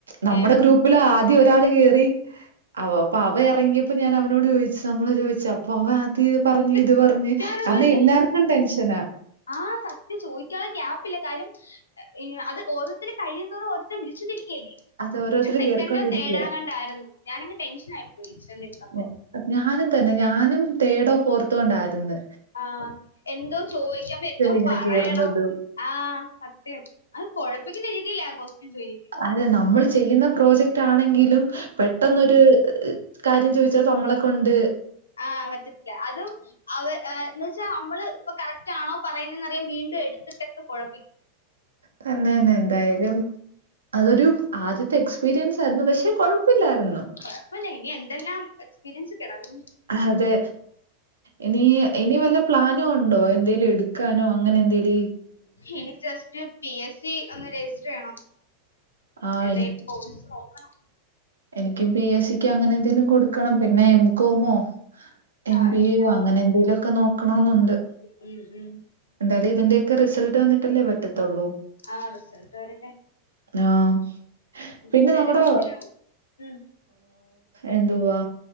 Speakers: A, on the right; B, on the left.
A: നമ്മുടെ
B: ഏ
A: ഗ്രൂപ്പ് ഗ്രൂപ്പിൽ ആദ്യം ഒരാൾ കേയറി അവ അപ്പൊ അവ ഇറങ്ങിയപ്പോ ഞാൻ അവനോട് ചോദിച്ചു നമ്മള് ചോദിച്ച പോവാ ആദ്യ പറഞ്
B: ചോദിക്കാനുള്ള
A: ഇത് പറഞ് കാരണം എല്ലാർക്കും ടെൻഷനാ
B: ആഹ സത്യ ചോദിക്കാനുള്ള ക്യാപ്പ് ഇല്ല കാര്യം അത് ഓരോതരു കഴിയുന്നോറും ഓരോരുതരേ വിളിച്ചുകൊണ്ടിരിക്കുകല്ലേ
A: അത് ഓരോരുത്തര്
B: ഞ സെക്കൻഡോ
A: കേറിക്കൊണ്ടിരിക്കുവ.
B: തേഡോങണ്ടോ യിരുന്നു ഞാനങ്ങ് ടെൻഷൻ ആയിപ്പോയി ചെന്ന് ഇരുന്നപ്പോ
A: ഞ ഞാനും തന്നെ ഞാനും തേഡോ ഫോർത്തോ ഉണ്ടായിന്ന്
B: ആഹ എന്തോ ചോദിക്ക്മ്പോ എന്തോ
A: ഇങ്ങനെ
B: പറയണം
A: കേറുന്നത്.
B: ആഹ സത്യം അത് കുഴപ്പിക്കുന്ന രിതിയില്ല കോസ്റ്റ ൻ ചോ
A: അതെ നമ്മൾ ചെയ്യുന്ന പ്രോജക്റ്റ് ആണെങ്കിലും പെട്ടെന്നൊരു കാര്യം ചോദിച്ചാൽ നമ്മളൊക്കെണ്ട്
B: ആഹ് പറ്റത്തില്ല അതും അവ എന്ന് വെച്ചാ നമ്മള് ഇപ്പൊ കറക്റ്റ് ആണോ പറയുന്നത്തന്ന്റിയാ വീണ്ടും എടുത്തിട്ടൊക്കെ കുഴപ്പിക്കും
A: തന്നെന്നെ എന്തായാലും അതൊരു ആദ്യത്തെ എക്സ്പീരിയൻസ് ആരുന്നു പക്ഷെ കുഴപ്പില്ലായിരുന്നു
B: കൊഴപ്പമില്ല ഇനി എന്തെല്ലാം എക്സ്പീരിയൻസ് കിടക്കുന്നു
A: അതെ ഇനി ഇനി വല്ല പ്ലാനും ഉണ്ടോ എന്തെലും എടുക്കാനോ അങ്ങനെ എന്തെലും
B: ഇനി ജസ്റ്റ് പി എസ് സി ഒന്ന് രജിസ്റ്റർ ചെയ്യണം
A: ആഹ്
B: പിന്നെ എന്തായാലും പോയിസ് നോക്കണം
A: എനക്ക് പി എസ് സിക്ക് അങ്ങനെ എന്തെങ്കലും കൊടുക്കണം പിന്നെ എംകോമോ എം
B: ആഹ്
A: ബി എോ
B: കോം
A: അങ്ങനെ എന്തേങ്കലുമ ഒക്കെ നോക്കണെന്നുണ്ട്
B: ഉം ഉം
A: എന്തായാലും ഇതിന്റെക്കെ റിസൾട്ട് വന്നിട്ടല്ലേ പറ്റത്തുള്ളൂ
B: ആ റിസൾട്ട് വരട്ടെ
A: ആഹ
B: എന്തായാലും
A: പിന്നെ നമ്മുടെ
B: എന്തരാവും ഉം
A: എന്തുവാ